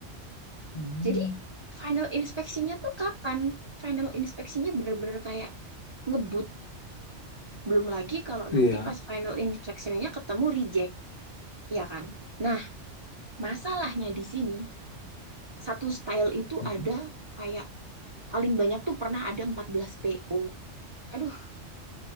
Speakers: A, on the left; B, on the right.
A: Hmm.
B: Jadi final inspeksinya tuh kapan? Final inspeksinya bener-bener kayak ngebut. Belum lagi kalau
A: Iya.
B: nanti pas final inspeksinya ketemu reject, ya kan? Nah, masalahnya di sini, satu style itu
A: Mm-mm.
B: ada kayak paling banyak tuh pernah ada 14 PO. Aduh,